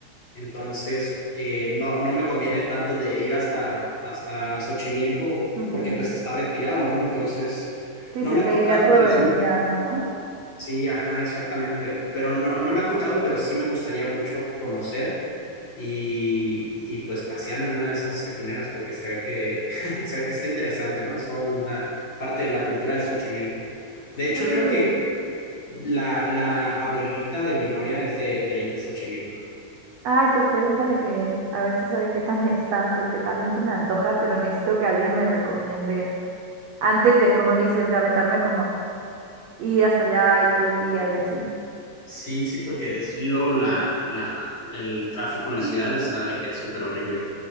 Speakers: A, on the left; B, on the right.
A: entonces eh, no, no me conviene tanto de ir hasta, hasta Xochimilco
B: Ujú.
A: porque pues está retirado, ¿no? Entonces,
B: Sí,
A: no
B: se
A: me
B: te
A: ha tocado,
B: iría todo
A: pero sí,
B: el día, ¿no?
A: sí, ajá, exactamente, pero no, no me ha tocado, pero sí me gustaría mucho conocer y, y, pues pasearme en una de esas regineras porque se ve que, <laughs> se ve que está interesante, ¿no? Es toda una parte de la cultura de Xochimilco.
B: Sí.
A: De hecho, creo que la, la abuelita de mi novia es de, de ahí de Xochimilco.
B: Ay, pues pregúntale que a ver si sabe qué tal están, porque también se me antoja, pero necesito que alguien me recomiende antes de, como dices, de aventarme como y hasta allá y todo el día y así.
A: Sí, sí, porque es lo, la, la, el tráfico en la ciudad está de que es súper horrible.